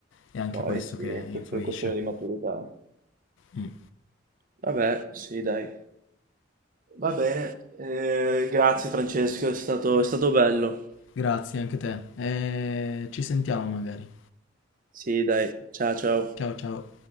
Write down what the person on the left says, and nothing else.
è anche
questo
che influisce.
Mm.
Grazie anche te e ci sentiamo magari.
Ciao ciao.